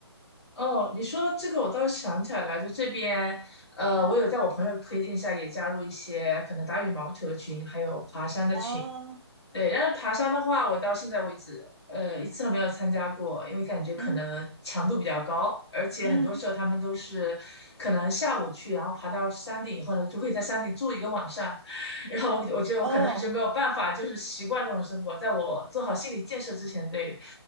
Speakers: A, on the left; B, on the right.
A: 哦，你说到这个，我倒是想起来了，就这边，呃，
B: 嗯，
A: 我有在我朋友推荐下也加入一些可能打羽毛球的群，还有爬山的群。
B: 哦，
A: 对，然后爬山的话，我到现在为止，呃，一次都没有参加过，因为感觉可能强度比较高，
B: 嗯
A: 而且很多时候他们都是可能下午去，
B: 嗯，
A: 然后爬到山顶以后呢，就会在山顶住一个晚上，<laughs> 然后我我觉得我可能还是没有办法，
B: 哦
A: 就是习惯这种生活，在我做好心理建设之前，对，